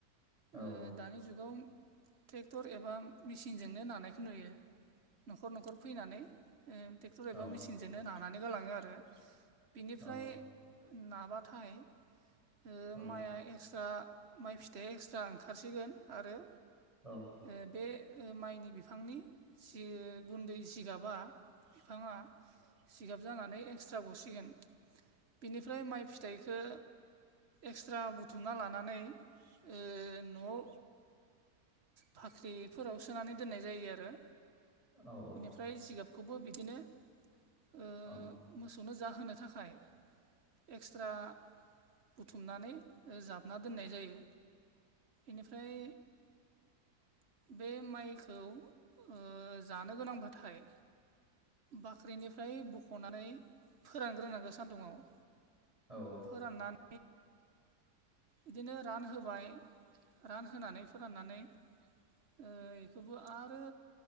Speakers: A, on the right (about 20°); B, on the right (about 45°).
A: औ
B: ओ दानि जुगाव ट्रेक्टर एबा मेसिनजोंनो नानायखौ नुयो न'खर न'खर फैनानै ओ ट्रेक्टर एबा
A: औ
B: मेसिनजोंनो नानानै गालांङो आरो बिनिफ्राय
A: औ
B: नाबाथाय ओ
A: औ
B: माइआ एक्सट्रा माइ फिथाइ एक्सट्रा ओंखारसिगोन आरो
A: औ।
B: ओ बे ओ माइनि बिफांनि सि गुन्दै सिगाबा बिफाङा सिगाब जानानै एक्सट्रा गसिगोन बिनिफ्राय माइ फि फिथाइखौ एक्सट्रा बुथुमना लानानै ओ न'आव बाख्रिफोराव सोनानै दोननाय जायो आरो
A: औ औ।
B: ओमफ्राय जिगाबखौबो बिदिनो ओ
A: औ।
B: मोसौनो जाहोनो थाखाय एक्सट्रा बुथुमनानै ओ जाबना दोननाय जायो इनिफ्राय बे माइखौ ओ जानो गोनांबाथाय बाख्रिनिफ्राय बख'नानै फोरानग्रोनांगौ सान्दुंङाव
A: औ।
B: फोराननानै बिदिनो रान होबाय रानहानै फोराननानै ओ खौबो आरो